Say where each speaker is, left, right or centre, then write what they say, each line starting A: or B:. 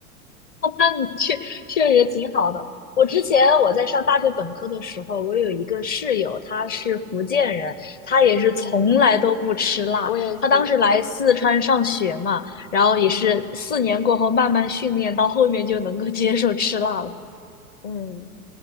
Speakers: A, on the left; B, on the left.
A: <laughs> 那你确确实挺好的。我之前我在上大学本科的时候，我有一个室友，他是福建人，他也是从来都不吃辣。
B: 嗯，我也是。
A: 他当时来四川上学嘛，然后也是四年过后慢慢训练，
B: 嗯
A: 到后面就能够接受吃辣了。
B: 嗯，